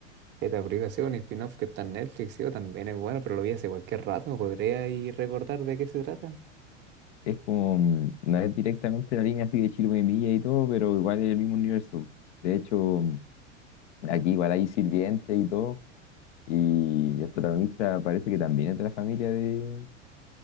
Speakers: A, on the right (about 30°); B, on the left (about 65°).
A: Esta aplicación, un spin-off que está en Netflix, sí, también es bueno, pero lo vi hace cualquier rato, ¿me podría ir recordar de qué se trata?
B: Es como, mm, no es directamente la línea así de Chirú y Milla y todo, pero igual es el mismo universo. De hecho, mm, aquí igual hay sirvientes y todo, y el protagonista parece que también es de la familia de,